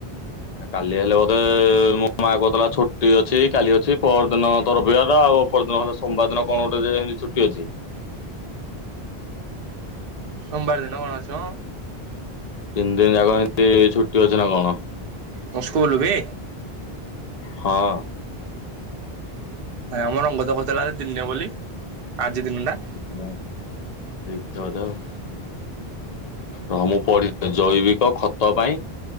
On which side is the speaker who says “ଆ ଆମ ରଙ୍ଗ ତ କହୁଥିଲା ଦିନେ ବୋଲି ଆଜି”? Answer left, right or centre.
Right